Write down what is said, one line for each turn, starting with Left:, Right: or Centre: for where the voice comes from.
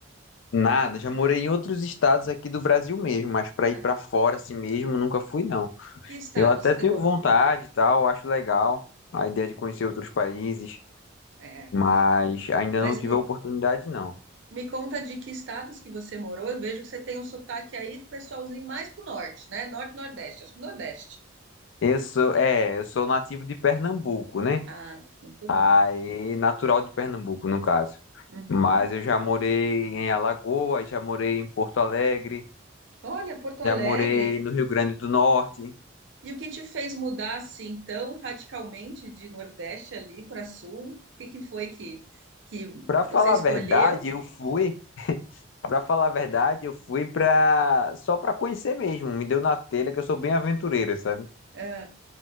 Left: Nada, já morei em outros estados aqui do Brasil mesmo, mas para ir
Right: Ah,
Left: para fora assim mesmo nunca fui, não.
Right: que estados
Left: Eu até
Right: você
Left: tenho
Right: morou?
Left: vontade e tal, acho legal a ideia de conhecer outros países,
Right: É,
Left: mas ainda
Right: mas
Left: não tive
Right: me,
Left: a oportunidade, não.
Right: Me conta de que estados que você morou. Eu vejo que você tem um sotaque aí, pessoalzinho, mais pro norte, né? Norte, Nordeste, acho que Nordeste.
Left: Eu sou, é, eu sou nativo de Pernambuco, né?
Right: Ah, muito
Left: Aí,
Right: bom.
Left: natural de Pernambuco, no caso.
Right: Uhum.
Left: Mas eu já morei em Alagoas, já morei em Porto Alegre,
Right: Olha, Porto
Left: já
Right: Alegre.
Left: morei no Rio Grande do Norte.
Right: E o que te fez mudar assim tão radicalmente de Nordeste ali para Sul? O que que foi que, que
Left: Pra falar
Right: você escolheu?
Left: a verdade, eu fui, para falar a verdade, eu fui pra só pra conhecer mesmo. Me deu na telha que eu sou bem aventureiro, sabe?
Right: Ah,